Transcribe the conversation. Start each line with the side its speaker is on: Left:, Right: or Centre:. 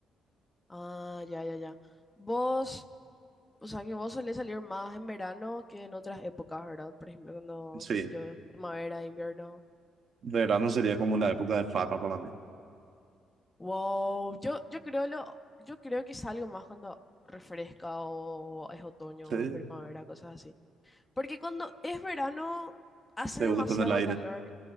Left: ah, ya, ya, ya. Vos. O sea, que vos solés salir más en verano que en otras épocas, ¿verdad? Por ejemplo, cuando,
Right: Sí,
Left: qué sé yo, primavera, invierno.
Right: de verano sería como la época de fama para mí.
Left: Wow, yo, yo creo lo, yo creo que salgo más cuando refresca o es otoño,
Right: Sí,
Left: o es primavera, cosas así. Porque cuando es verano hace
Right: te
Left: demasiado
Right: gusta tener el aire.
Left: calor.